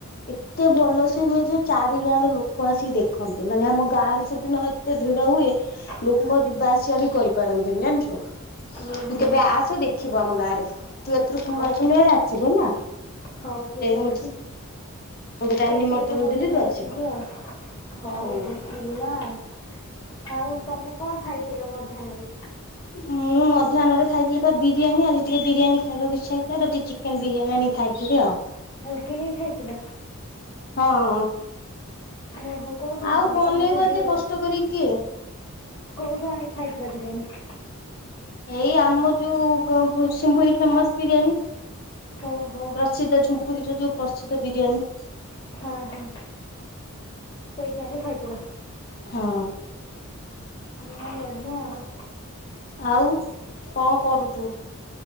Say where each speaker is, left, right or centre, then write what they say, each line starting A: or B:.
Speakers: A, on the left; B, on the left.
A: ଏତେ ଭଲ ସେ ହୁଏ ଯେ ଚାରି ଗାଁର ଲୋକ ଆସିକି ଦେଖନ୍ତି ମାନେ ଆମ ଗାଁରେ ସେଦିନ ଏତେ ଭିଡ ହୁଏ।
B: <unintelligible>
A: କୋଇ ଯିବା ଆସିବା ବି କରିପାରନ୍ତିନି ଜାଣିଚୁ
B: ଓହୋ
A: ତୁ କେବେ ଆସେ ଦେଖିବୁ ଆମ ଗାଁରେ। ତୁ ଏଥର କୁମାରପୂର୍ଣ୍ଣିମାରେ
B: ହଉ
A: ଆସିବୁ ହେଲା।
B: ହଉ ଠିକ
A: ମୁଁ
B: ଅଛି
A: ତତେ
B: ଏଇଥର
A: ନିମନ୍ତ୍ରଣ
B: କୁମାର
A: ଦେଲି
B: ପୂର୍ଣ୍ଣିମାରେ
A: ତୁ ଆସିବୁ
B: ଯିବି ଆଉ। ହଉ
A: ହୁଁ।
B: ହେ ହେଲା ଆଉ ଆଉ ତମେ କଣ ଖାଇଥିଲ ମଧ୍ୟାହ୍ନରେ?
A: ମୁଁ ମଧ୍ୟାହ୍ନରେ ଖାଇଥିଲିପା ବିରିୟାନୀ ଆଜି ଟିକେ ବିରିୟାନୀ ଖାଇବାକୁ ଇଚ୍ଛା ହେଇଥିଲା ତ ଟିକେ ଚିକେନ ବିରିୟାନୀ ଆଣି ଖାଇଥିଲି ଆଉ।
B: ଆଉ କିଣିକି ଖାଇଥିଲ?
A: ହଁ।
B: ଓହୋ କୋଉଠୁ ଆଣିଥିଲ
A: ଆଉ ବନେଇବ
B: ତମ ସେଇ ଯୋଉ?
A: ଏତେ କଷ୍ଟ କରି କିଏ?
B: କୋଉଠୁ ଆଣି ଖାଇଥିଲ ବିରିୟାନୀ?
A: ଏଇ ଆମ ଯୋଉ ଗମ୍ପୁସିଂପୁର ଫେମସ୍ ବିରିୟାନୀ।
B: ଓହୋ।
A: ପ୍ରସିଦ୍ଧ ଝୁମ୍ପୁରୀର ଯୋଉ ପ୍ରସିଦ୍ଧ ବିରିୟାନୀ।
B: ହଁ ହଁ ସେଇଠି ଆଣି ଖାଇଥିଲ।
A: ହଁ।
B: ହଁ ବଢ଼ିଆ ଆଉ।
A: ଆଉ କଣ କରୁଛୁ?